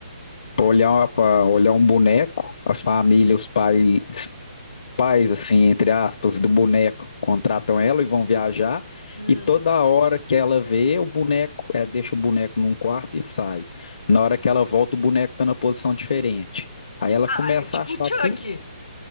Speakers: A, on the left (about 50°); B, on the left (about 70°).
A: olhar, pra olhar um boneco, a família, os pais, pais, assim, entre aspas, do boneco contratam ela e vão viajar,
B: hum.
A: e toda hora que ela vê o boneco, é, deixa o boneco num quarto e sai. Na hora que ela volta, o boneco está na posição diferente. Aí ela
B: Ah,
A: começa
B: é tipo
A: a achar
B: o Chucky.
A: que.